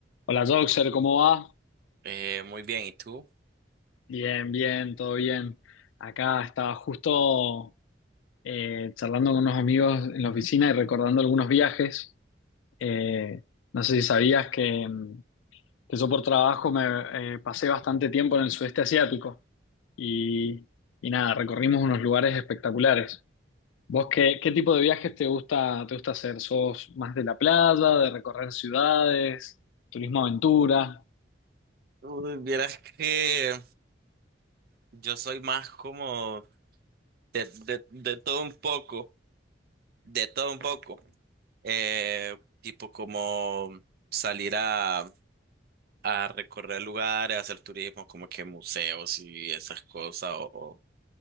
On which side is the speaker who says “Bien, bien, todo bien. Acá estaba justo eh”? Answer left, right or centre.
Left